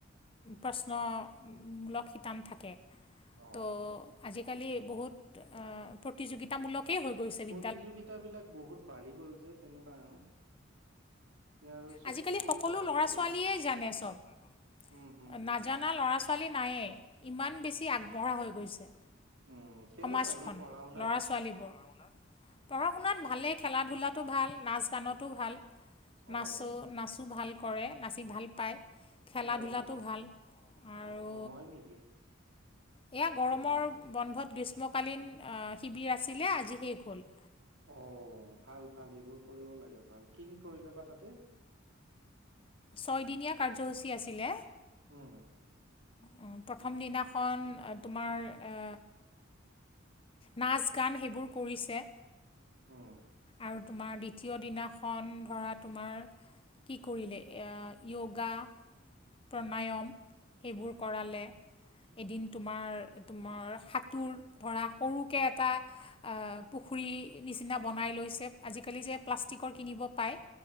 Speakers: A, on the left; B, on the right.
A: প্ৰশ্নমূলক শিতান থাকে।
B: অ
A: অ আজি কালি বহুত প্ৰতিযোগিতামূলকে হৈ গৈছে বি
B: প্ৰতিযোগিতাবিলাক বহুত বাঢ়ি গল জে তেনেকুৱা আৰু। এতিয়া আৰু চব
A: আজিকালি
B: প্ৰতিযোগিতামূলক
A: সকলো ল'ৰা
B: হৈ গ'ল
A: ছোৱালীয়ে জানে চব।
B: উম, হম, হম,
A: নাজানা ল'ৰা ছোৱালী নায়েই, ইমান বেছি আগবঢ়া হৈ গৈছে।
B: উম, কেনেকুৱা
A: সমাজখন,
B: সি পঢ়া শুনাত?
A: ল'ৰা ছোৱালীবোৰ। পঢ়া শুনাত ভালেই খেলা ধূলাটো ভাল নাচ গানতো ভাল। নাচোঁ
B: অ',
A: নাচোঁ ভাল কৰে নাচি ভাল পায় খেলা
B: অ',
A: ধূলাটো ভাল আৰু
B: অ', হয় নেকি
A: এয়া গৰমৰ
B: অ',
A: বন্ধত গ্ৰীষ্মকালীন শিবিৰ আছিলে আজি শেষ হ'ল।
B: অ ভাল ভাল এইবোৰ কৰিব লাগে ভাল কি কি কৰিলে বা তাতে?
A: ছয়দিনীয়া কাৰ্যসূচী আছিলে।
B: উম,
A: উম প্ৰথম দিনাখন তোমাৰ অ নাচ, গান সেইবোৰ কৰিছে,
B: উম।
A: আৰু তোমাৰ দ্বিতীয় দিনাখন ধৰা তোমাৰ, কি কৰিলে য়োগা প্ৰণায়ম সেইবোৰ কৰালে। এদিন তোমাৰ, তোমাৰ সাঁতোৰ ধৰা, সৰুকৈ এটা পুখুৰী নিচিনা বনাই লৈছে, আজিকালি যে, প্লাষ্টিকৰ কিনিব পায়।